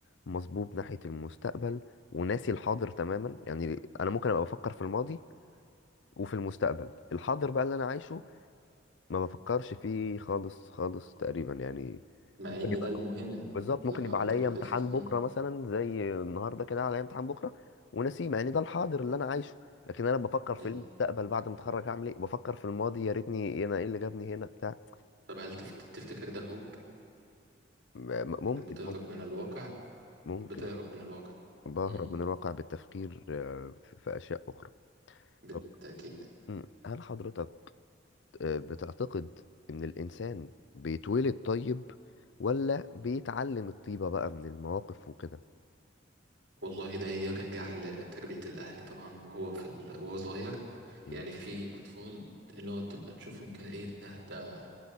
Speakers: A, on the left; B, on the right.
A: مصبوب ناحيه المستقبل وناسي الحاضر تماما يعني انا ممكن ابقى بفكر في الماضي وفي المستقبل الحاضر بقى اللي انا عايشه ما بفكرش فيه خالص خالص تقريبا يعني
B: مع
A: ممكن
B: إن
A: يبقى
B: ده المهم
A: بالظبط
B: لو
A: ممكن
B: حضرتك
A: يبقى عليا
B: لاحظت
A: امتحان بكره
B: مم.
A: مثلا زي النهارده كده عليا امتحان بكره ونسيم يعني ده الحاضر اللي انا عايشه لكن انا بفكر في
B: أيوه
A: المستقبل بعد ما اتخرج هعمل ايه بفكر في الماضي يا ريتني انا ايه اللي جابني هنا بتاع
B: طب هل تفت- تفتكر ده هروب؟
A: م- م- ممكن
B: إنك بتهرب
A: ممكن
B: من الواقع؟
A: ممكن
B: بتهرب من الواقع
A: بهرب
B: مم.
A: من الواقع بالتفكير آه، في في اشياء اخرى
B: بالتأكيد
A: طب مم، هل حضرتك آه، بتعتقد إن الإنسان بيتولد طيب ولا بيتعلم الطيبة بقى من المواقف وكده
B: والله ده يرجع لتربية الأهل طبعا وهو في ال... وهو صغير
A: م-
B: يعني في أطفال اللي هو تبقى تشوفهم كده إيه ده ده